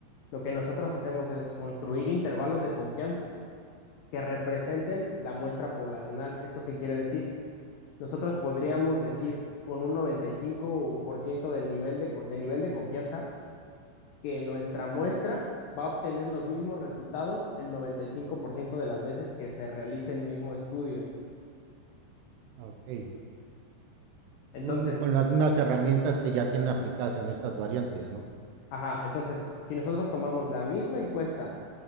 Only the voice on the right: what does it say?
ah, ok.
Mm, Con las mismas herramientas que ya tienen aplicadas en estas variantes, ¿no?